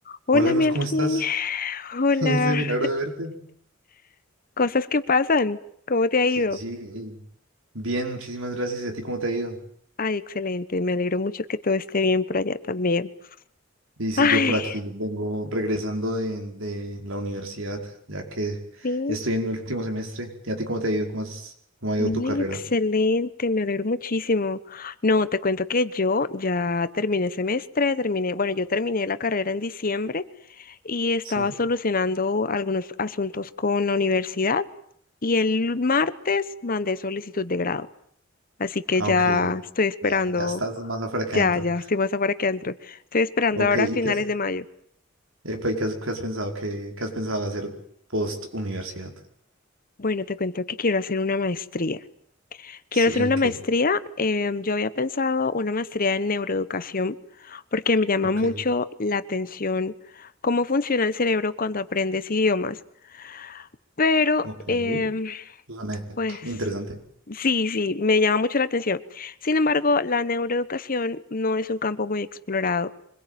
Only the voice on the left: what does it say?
Hola
Melkin,
<sighs> hola,
cosas que pasan, ¿cómo te ha
ido?
Ay, excelente, me alegro mucho que todo esté bien por allá también.
Ay,
sí,
ay,
excelente, me alegro muchísimo. No, te cuento que yo ya terminé semestre, terminé, bueno, yo terminé la carrera en diciembre y estaba
solucionando algunos asuntos con la universidad y el martes mandé solicitud de grado, así que
ya
estoy esperando.
Ya,
ya, estoy más afuera que adentro. Estoy esperando
ahora
a finales
de mayo.
Bueno, te cuento que quiero hacer una maestría. Quiero
hacer
una
maestría. em, yo había pensado una maestría en neuroeducación porque me llama
mucho la atención cómo funciona el cerebro cuando aprendes idiomas. Pero,
em,
pues,
sí, sí, me llama mucho la atención. Sin embargo, la neuroeducación no es un campo muy explorado.